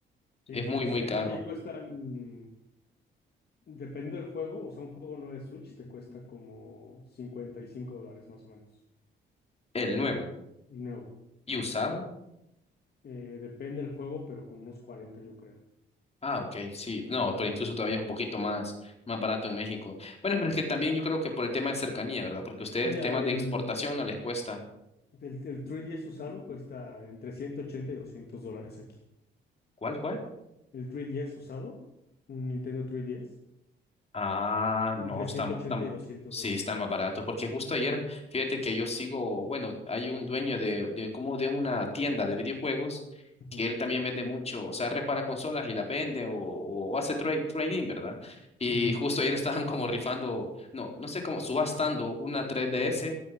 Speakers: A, on the left; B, on the left.
A: Sí,
B: Es
A: está-
B: muy, muy
A: sí,
B: caro.
A: aquí cuestan, dependiendo del juego, o sea, un juego no de Switch te cuesta como 55 dólares más o menos.
B: El nuevo.
A: Y nuevo.
B: ¿Y usado?
A: Eh, depende del juego, pero como unos 40 yo creo.
B: Ah, ok, sí, no, pero incluso todavía es un poquito más, más barato en México. Bueno, pero es que también yo creo que por el tema de cercanía, ¿verdad? Porque ustedes
A: Mira,
B: temas
A: el,
B: de exportación no les cuesta.
A: El, el 3DS usado cuesta entre 180 y 200 dólares aquí.
B: ¿Cuál, cuál?
A: El 3DS usado, un Nintendo 3DS,
B: Ah, no,
A: entre
B: está,
A: ciento
B: ma-
A: ochenta
B: está, ma-
A: y 200
B: sí,
A: dólares.
B: está más barato, porque justo ayer, fíjate que yo sigo, bueno, hay un dueño de, de como de una tienda de videojuegos
A: Ujú,
B: que él también vende mucho, o sea, repara consolas y las vende o, o hace trade, trading, ¿verdad? Y
A: ujú,
B: justo ayer <laughs> estaban como rifando, no, no sé cómo, subastando una 3DS
A: Ok,